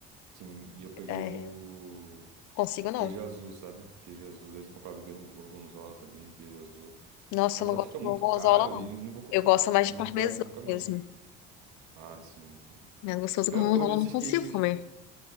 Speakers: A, on the right; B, on the left.
A: Sim, e eu peguei
B: É,
A: o
B: consigo não.
A: queijo azul, sabe? Queijo azul, deve ter comprado gorgon- gorgonzola também, queijo azul.
B: Nossa,
A: Mas
B: eu não
A: só
B: gosto
A: que fica
B: de
A: muito
B: gorgonzola,
A: caro
B: não.
A: e eu não vou comprar,
B: Eu gosto mais
A: eu
B: de
A: não
B: parmesão
A: vou comprar isso nunca mais.
B: mesmo.
A: Ah, sim, sim.
B: Mas gostoso
A: Pior
B: gorgonzola,
A: que eu gosto desses
B: eu não consigo
A: queijos.
B: comer.